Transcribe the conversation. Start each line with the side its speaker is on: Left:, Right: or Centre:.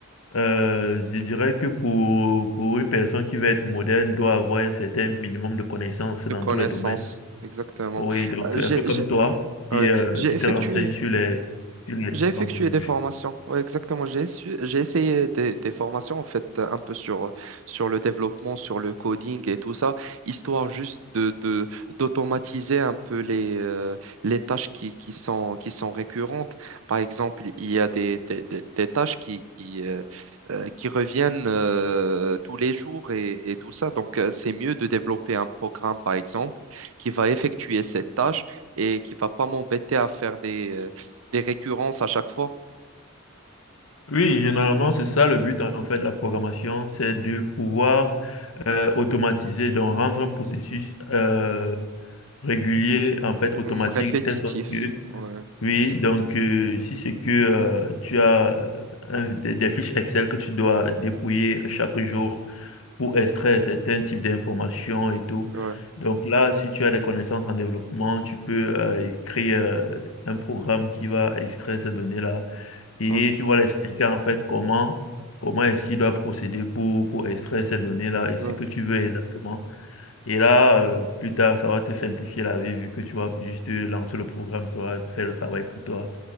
Left: Euh, je dirais que pour, pour une personne qui veut être moderne, doit avoir un certain minimum de connaissances dans
Right: De connaissances,
Left: tous les domaines.
Right: exactement.
Left: Oui, donc
Right: Euh,
Left: un
Right: j'ai,
Left: peu comme
Right: j'ai,
Left: toi, qui,
Right: ouais,
Left: euh,
Right: j'ai
Left: qui
Right: effectué.
Left: te renseigne sur les, sur les
Right: J'ai
Left: différentes
Right: effectué
Left: technologies.
Right: des formations. Oui, exactement. J'ai su- j'ai essayé des, des formations, en fait, un peu sur, sur le développement, sur le coding et tout ça, histoire juste de, de- d'automatiser un peu les, euh, les tâches qui, qui sont, qui sont récurrentes. Par exemple, il y a des, des, des- des tâches qui, qui, euh, euh, qui reviennent euh, tous les jours et, et tout ça. Donc, euh, c'est mieux de développer un programme, par exemple, qui va effectuer cette tâche et qui va pas m'embêter à faire des euh, des récurrences à chaque fois.
Left: Oui, généralement, c'est ça le but en fait de la programmation, c'est de pouvoir euh, automatiser, donc rendre un processus euh, régulier, en fait, automatique,
Right: Hmm, répétitif.
Left: de telle sorte que
Right: Ouais,
Left: Oui, donc euh, si c'est que euh, tu as un- des, des fiches Excel que tu dois dépouiller chaque jour pour extraire certains types d'informations et tout.
Right: ouais,
Left: Donc là, si tu as des connaissances en développement, tu peux euh, créer euh, un programme qui va extraire ces données-là et
Right: ouais,
Left: tu vas l'expliquer en fait comment comment est-ce qu'il doit procéder pour pour extraire ces données-là et
Right: ouais.
Left: ce que tu veux exactement. Et là, euh, plus tard, ça va te simplifier la vie vu que tu vas juste lancer le programme, ça va faire le travail pour toi.